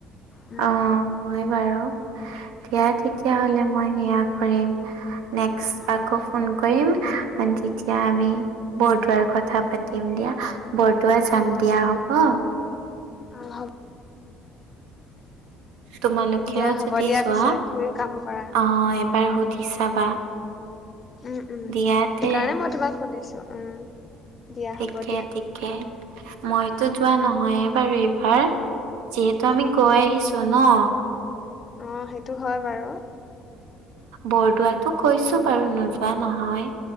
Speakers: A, on the left; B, on the right.
A: উম,
B: অ হয় বাৰু দিয়া তেতিয়া হলে মই সেয়া কৰিম নেক্স আকৌ
A: অ',
B: ফোন কৰিম আ তেতিয়া আমি বৰদোৱাৰ কথা পাতিম দিয়া বৰদোৱা যাম
A: অ',
B: দিয়া হ'ব
A: অ', হ'ব
B: তোমালোকেও
A: দিয়া হ'ব
B: যদি
A: দিয়া
B: যোৱা
A: পিছে তুমি কাম কৰা।
B: অ', এবাৰ সুধি চাবা।
A: উম উম। সেইকাৰণে
B: দিয়া তে
A: মই তোমাক সুধিছো উম। দিয়া
B: ঠিকে
A: হ'ব দিয়া।
B: ঠিকে। মইতো
A: উম,
B: যোৱা নহয়ে বাৰু এইবাৰ। যিহেতু
A: অ,
B: আমি গৈ
A: অ,
B: আহিছো ন।
A: অ সেইটো হয় বাৰু।
B: বৰদোৱাটো গৈছো বাৰু নোযোৱা নহয়।